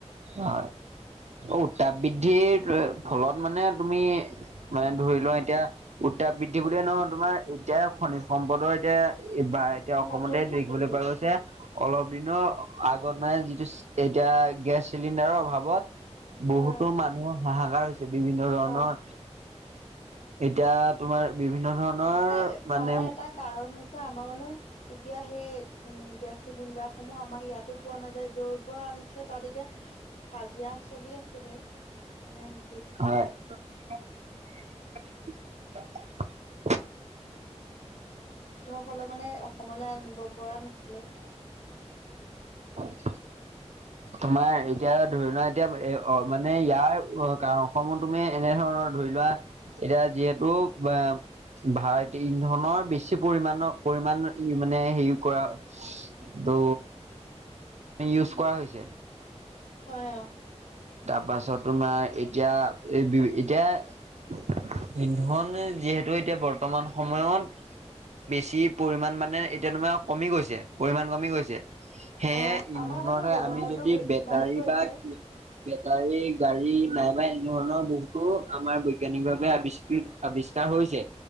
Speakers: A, on the right; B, on the left.
A: অ উঔটা বিদ্ধি ফলত মানে তুমি মানে ধৰি লোৱা এতিয়া উত্তাপ বৃদ্ধি বুলিয়ে নহয় তোমাৰ এতিয়া খনিজ সম্পদৰ এতিয়া এই বা এতিয়া অসমতে
B: নাটনি
A: দেখিবলৈ
B: আছে এতিয়া
A: পোৱা গৈছে অলপ দিনৰ আগত মানে যিটো এতিয়া গেছ চিলিণ্ডাৰৰ অভাৱত বহুতো
B: হয়
A: মানুহ হাহাকাৰ হৈছে বিভিন্ন ধৰণৰ
B: হা
A: এতিয়া তোমাৰ বিভিন্ন ধৰণৰ
B: এ
A: মানে
B: তাৰ এটা কাৰণ হৈছে আমাৰ মানে এতিয়া সেই উম গেছ চিলিণ্ডাৰ সমূহ আমাৰ ইয়াতো পোৱা নাযায় যৰ পৰা আনিছিলে তাত এতিয়া কাজিয়া চলি আছিলে মানে যুদ্ধ
A: হয় <unintelligible>
B: যুদ্ধ হলে মানে অসমলৈ আনিব পৰা নাছিলে
A: অ তোমাৰ এতিয়া ধৰি নোৱা এতিয়া এ মানে ইয়াৰ কাৰণ অসমত তুমি এনে ধৰণৰ ধৰি লোৱা এতিয়া যিহেতু বা ভাৰত ইন্ধনৰ বেছি পৰিণৰ পৰিণ মানে হেৰি কৰা ত ইউজ কৰা হৈছে
B: হয় অ।
A: তাৰ পাছত তোমাৰ এতিয়া এই বি এতিয়া ইন্ধনে যিহেতু এতিয়া বৰ্তমান সময়ত বেছি পৰিমণ মানে এতিয়ামা কমি গৈছে পৰিমণ কমি গৈছে সেয়েহে
B: অ
A: ইন্ধনৰহে
B: আমাৰ মানে ব্যৱহাৰটো
A: আমি যদি বেটাৰী
B: বাঢ়ি গৈছে।
A: বা বেটাৰী গাড়ী নাই নবা এনেধৰণৰ বহুতো আমাৰ বৈজ্ঞানিকভাৱে আৱিষ্কৃত আৱিষ্কাৰ হৈছে